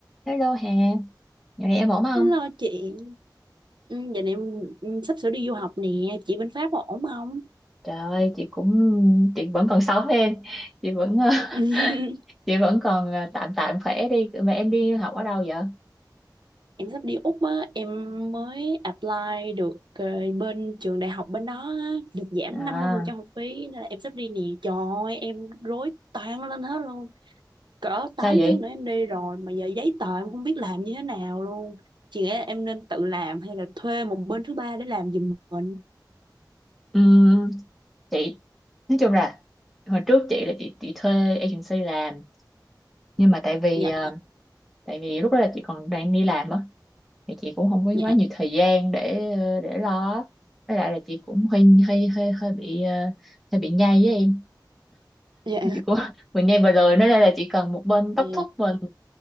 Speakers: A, in the centre; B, on the right (about 75°).
A: Hello Hà, dạo này em ổn không?
B: Hello chị, ừ, giờ này em em sắp sửa đi du học nè, chị bên Pháp có ổn không?
A: Trời ơi, chị cũng chị vẫn còn sống em, chị vẫn
B: <laughs>
A: <laughs> chị vẫn còn ờ, tạm tạm khỏe đi. Mà em đi học ở đâu vậy?
B: Em sắp đi Úc á, em mới apply được ờ, bên trường đại học bên đó á, được giảm
A: À,
B: năm mươi phần trăm học phí nên là em sắp đi nè. Trời ơi, em rối toang lên hết luôn. Cỡ 8
A: sao vậy?
B: tháng nữa em đi rồi mà giờ giấy tờ em không biết làm như thế nào luôn. Chị nghĩ là em nên tự làm hay là thuê một bên thứ ba để làm giùm mình?
A: Ừm, chị nói chung là hồi trước chị là chị chị thuê agency làm, nhưng mà tại vì
B: Dạ,
A: ờ, tại vì lúc đó là chị còn đang đi làm á, thì chị cũng không có
B: dạ,
A: quá nhiều thời gian để ờ, để lo. á. Với lại là chị cũng hơi hơi hơi hơi bị ờ, hơi bị nhây với em
B: dạ.
A: chị cũng <laughs> mình nghe vừa rồi nói đây là chỉ cần một bên đốc
B: Ừ.
A: thúc mình